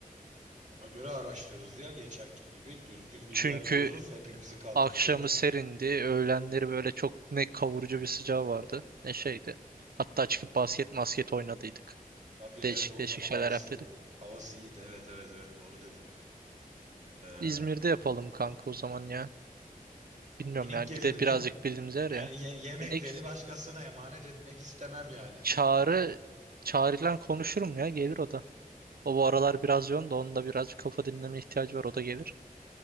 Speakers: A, on the right (about 50°); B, on the right (about 85°).
A: Ona göre araştırırız ya geçenki gibi. Düzgün bir
B: Çünkü
A: yer buluruz. Hepimizi kaldıracak.
B: akşamı serindi. Öğlenleri böyle çok ne kavurucu bir sıcağı vardı ne şeydi. Hatta çıkıp basket masket oynadıydık.
A: Abi evet
B: Değişik
A: o
B: değişik
A: zaman
B: şeyler
A: havası
B: yaptıydık.
A: o havası iyiydi. Evet evet evet doğru dedin onu. Ee,
B: İzmir'de yapalım kanka o zaman ya. Bilmiyorum
A: minik
B: yani.
A: gelir
B: Bir de
A: mi?
B: birazcık bildiğimiz yer
A: Yani
B: ya.
A: ye- yemekleri
B: Minik.
A: başkasına emanet etmek istemem yani.
B: Çağrı Çağrı'yla konuşurum ya gelir o da. O bu aralar biraz yoğun da onun da birazcık kafa dinleme ihtiyacı var o da gelir.